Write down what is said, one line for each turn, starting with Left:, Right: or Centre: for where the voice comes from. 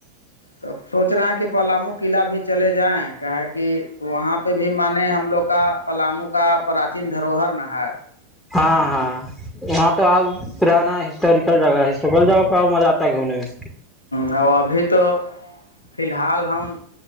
Left: تب سوچ رہے ہیں کہ پلامو قلعہ بھی چلے جائیں کہ کہ وہاں پہ بھی مانیں ہم لوگ کا پلاموں کا پراچین دھروہر نہ ہے
Centre: ہاں ہاں وہاں تو آپ پرانا ہسٹوریکل جگہ ہسٹوریکل جگہ بہت مزہ آتا گومنے میں
Left: ہ وہ ابھی تو فی الحال ہم